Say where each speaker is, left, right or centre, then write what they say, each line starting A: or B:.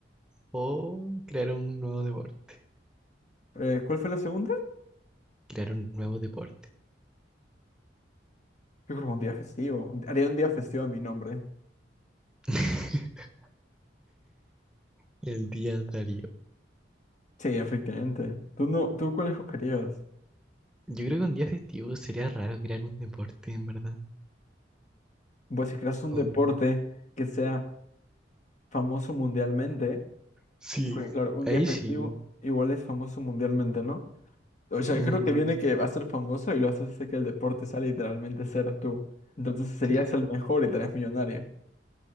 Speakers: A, in the centre; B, on the left.
A: o crear un nuevo deporte.
B: Eh, ¿cuál fue la segunda?
A: Crear un nuevo deporte.
B: Yo creo que un día festivo. Un- Haría un día festivo a mi nombre.
A: <laughs> El día Darío.
B: Sí, efectivamente. ¿Tú, no, tú cuál escogerías?
A: Yo creo que un día festivo sería raro crear un deporte, en verdad.
B: Pues si creas un
A: Como
B: deporte
A: que-
B: que sea famoso mundialmente,
A: Sí,
B: porque claro, un
A: ahí
B: día festivo
A: sí.
B: igual es famoso mundialmente, ¿no? O sea,
A: Mm,
B: yo creo que viene que va a ser famoso y lo haces hacer que el deporte sea literalmente ser tú. Entonces serías
A: claro,
B: el mejor y estarías millonario.